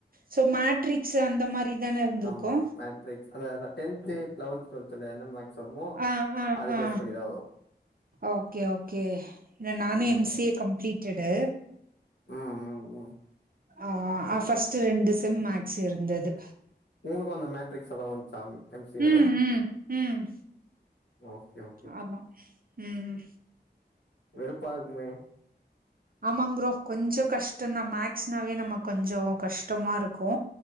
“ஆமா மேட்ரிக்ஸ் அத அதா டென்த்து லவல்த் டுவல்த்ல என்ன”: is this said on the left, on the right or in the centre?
Left